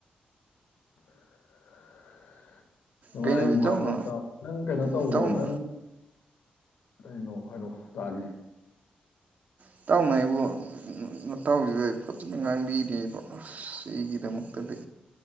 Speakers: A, on the left (about 85°); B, on the right (about 55°).
A: <unintelligible> ꯅꯨꯡꯉꯥꯏꯔꯤꯕ
B: ꯀꯩꯅꯣ ꯏꯇꯥꯎꯅ
A: ꯍꯥꯏꯕ ꯇ ꯅꯪ ꯀꯩꯅꯣ ꯇꯧꯕ꯭ꯔꯣ
B: ꯏꯇꯥꯎꯅ
A: ꯅꯪ ꯀꯩꯅꯣ ꯍꯥꯏꯔꯣꯑꯣ ꯇꯥꯒꯦ
B: ꯏꯇꯥꯎꯅ ꯑꯩꯕꯨꯇꯥꯎꯁꯤꯗ ꯐꯖꯅ ꯉꯥꯡꯕꯤꯔꯤꯕꯁ ꯁꯤꯒꯤꯗꯃꯛꯇꯗꯤ